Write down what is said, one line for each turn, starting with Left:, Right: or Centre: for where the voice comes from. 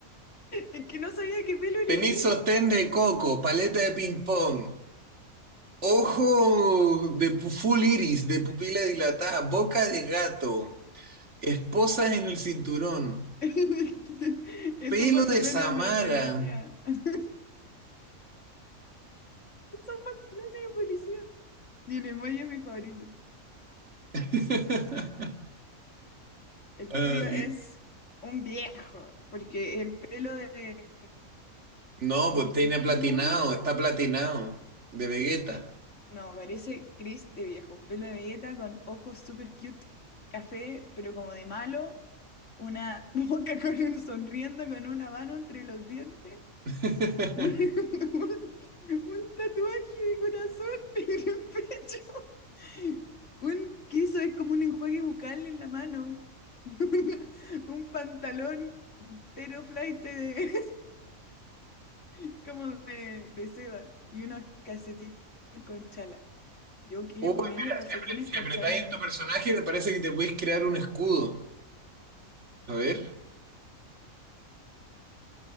Left: Es que no sabía qué pelo elegir.
Right: Tenés sostén de coco, paleta de ping-pong, ojo de pu- full iris, de pupila dilatada, boca de gato, esposas en el cinturón,
Left: <laughs> Esos
Right: pelo
Left: pantalones
Right: de Samara.
Left: de policía. <laughs> Esos pantalones de policía. Y el emoji es mi favorito.
Right: <laughs>
Left: El
Right: Ah,
Left: tuyo es
Right: y
Left: un viejo, porque el pelo de...
Right: No,
Left: ¿De
Right: pues tiene
Left: de qué
Right: platinado,
Left: mono era?
Right: está platinado, de Vegeta.
Left: No, parece Chris de viejo. Un pelo de galleta con ojos super cute, café, pero como de malo. Una <laughs> boca con un sonriendo, con una mano entre los dientes
Right: <laughs>
Left: <laughs> Un, un- un tatuaje de corazón <laughs> en el pecho. Un que eso es como un enjuague bucal en la mano. <laughs> Una- un pantalón tero teroflaite de, <laughs> como de, de seda. Y unos calcetines con chala. Yo quiero
Right: Uy,
Left: ponerle
Right: mira,
Left: calcetines
Right: si, apre- si
Left: con
Right: apretáis
Left: chala al
Right: en
Left: mío.
Right: tu personaje, te parece que te podéis crear un escudo. A ver,